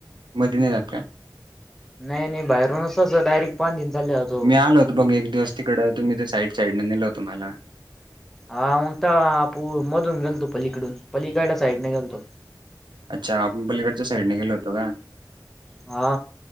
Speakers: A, on the right; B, in the centre.
A: मधन जाका
B: नाही नाही बाहेरूनच डायरेक्ट पाच दि चालेतात
A: मी आलोत बघ एक दिवस तिकडे होत मी त साईड साईडने नेलोतो मला
B: हा मगता आपू मधून गेल तो पलीकडून पलीकड साईडने गेल तो
A: अच्छा आपण पलीकडच्या साईडने गेलो होतो का
B: हा